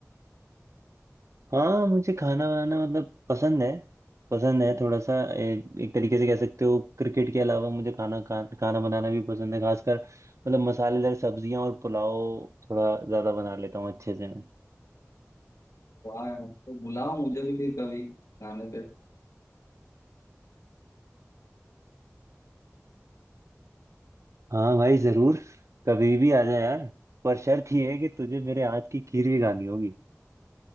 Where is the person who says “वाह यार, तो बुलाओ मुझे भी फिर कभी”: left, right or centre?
Left